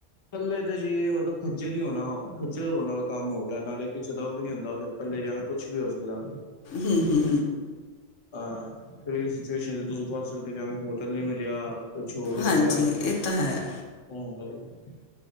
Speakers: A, on the left; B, on the left.
A: ਕਲੇ ਤਾਂ ਜੀ, ਮਤਲਬ ਖ਼ਜਲ ਹੀ ਹੋਣਾ, ਖ਼ਜਲ ਹੋਣ ਵਾਲਾ ਕਮ ਹੋ ਗਿਆ, ਨਾਲੇ- ਕਿਸੇ ਦਾ ਓ ਵੀ ਨੀ ਹੁੰਦਾ ਫੇਰ ਇਕਲੇ ਜਾਣਾ ਕੁਛ ਵੀ ਹੋ ਸਕਦੈ।
B: ਹੂੰ-ਹੂੰ।
A: ਹਾਂ ਕੇੜੀ ਸਿਚੁਏਸ਼ਨ ਏ ਤੁਸੀ ਫਸ ਸਕਦੇ ਓ ਜਿਵੇ ਹੋਟਲ ਨੀ ਮਿਲੇਆ। ਕੁਛ ਹੋਰ ਹੋ
B: ਹਾਂਜੀ
A: ਗੇਆ <unintelligible>
B: ਇਹ ਤਾਂ ਹੈ